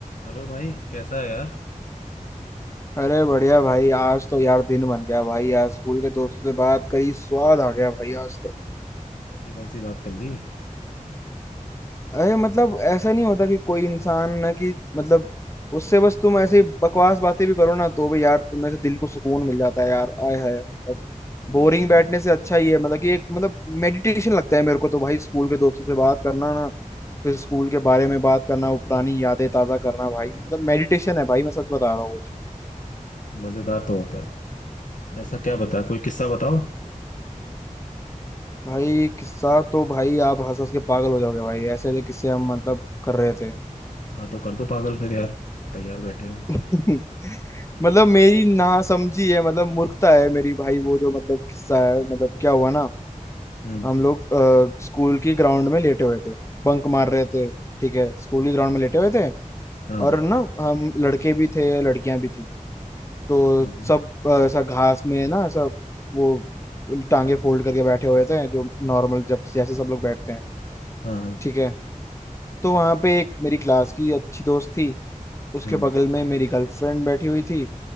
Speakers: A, on the left (about 70°); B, on the left (about 20°).
A: Hello भाई कैसा है यार
B: अरे बढ़िया भाई आज तो यार दिन बन गया भाई यार स्कूल के दोस्तों से बात करी स्वाद आ गया भाई आज तो
A: ऐसी कौन सी बात कर ली
B: अरे मतलब ऐसा नहीं होता कि कोई इंसान ना कि मतलब उससे बस तुम ऐसे ही बकवास बातें भी करो ना तो भी यार तुम्हें से दिल को सुकून मिल जाता है यार आय हाय मतलब
A: हम्म
B: बोरिंग
A: हम्म हम्म।
B: बैठने से अच्छा ही है मतलब कि एक मतलब मेडिटेशन लगता है मेरे को तो भाई स्कूल के दोस्तों से बात करना ना फिर स्कूल के बारे में बात करना वो पुरानी यादें ताजा करना भाई मतलब मेडिटेशन है भाई मैं सच बता रहा हूँ
A: मजेदार तो होता है ऐसा क्या बता कोई किस्सा बताओ
B: भाई किस्सा तो भाई आप हंस हंस के पागल हो जाओगे भाई ऐसे ऐसे किस्से हम मतलब कर रहे थे
A: हाँ तो कर दो पागल फिर यार तैयार बैठे हम
B: <laughs> मतलब मेरी ना समझी है मतलब मूर्खता है मेरी भाई वो जो मतलब किस्सा है मतलब क्या हुआ ना
A: हम्म
B: हम लोग अ, स्कूल की ग्राउंड में लेटे हुए थे बंक मार
A: अच्छा
B: रहे थे ठीक है स्कूल की ग्राउंड में लेटे हुए थे
A: हाँ
B: और ना हम लड़के भी थे लड़कियां भी थी तो
A: हम्म हम्म,
B: सब अ, ऐसा घास में ना ऐसा वो टांगे फोल्ड करके बैठे हुए थे जो नॉर्मल जब जैसे सब लोग बैठते हैं
A: हाँ हाँ,
B: ठीक है तो वहां पे एक मेरी क्लास की अच्छी दोस्त थी उसके
A: हम्म
B: बगल में मेरी गर्लफ्रेंड बैठी हुई थी